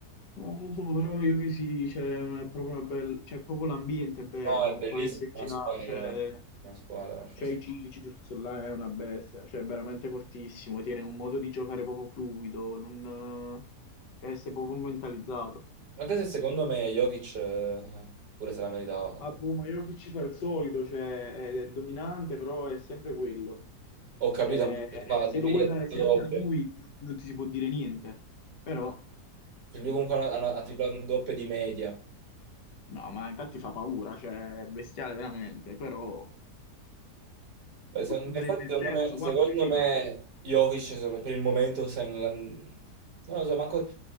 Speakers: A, on the left; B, on the right.
A: Non lo so, però io che sì, cioè, è proprio una bella, cioè, proprio l'ambiente è bello,
B: No, è bellissima
A: poi SGA,
B: una squadra,
A: cioè,
B: una squadra, lascia
A: c'è
B: stare.
A: il Cicius, là è una bestia, cioè, è veramente fortissimo, tiene un modo di giocare proprio fluido, non, cioè, sei proprio mentalizzato.
B: Anche se secondo me Jokic eh, pure se la meritava. secondo
A: Ah,
B: me.
A: boh, ma Jokic ci fa il solito, cioè, è, è dominante, però è sempre quello,
B: Ho capito,
A: cioè,
B: ma fa
A: se
B: di media
A: lo vuoi dare
B: doppia.
A: sempre a lui, non ti si può dire niente, però,
B: Cioè, lui comunque ha, una- ha una- ha triplato doppia di media.
A: no, ma infatti fa paura, cioè, è bestiale veramente, però...
B: Beh, secondo me,
A: sarebbe
B: infatti, secondo
A: il terzo,
B: me, secondo
A: quarto di fila.
B: me Jokic insomma, per il momento sta in- non lo so, manco